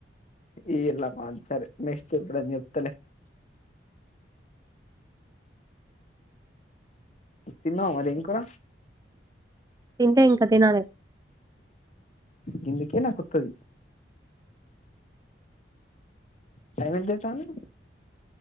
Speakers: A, on the left; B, on the right.
A: ఈ ఇలా పంచలే నెక్స్ట్ ఎప్పుడన్నా జెప్తలే తిన్నావా మరి ఏం కుర
B: తిన్లే ఇంకా తినాలె
A: గిందుకే నా కొత్తది టైమ్ ఎంత ఐతాంది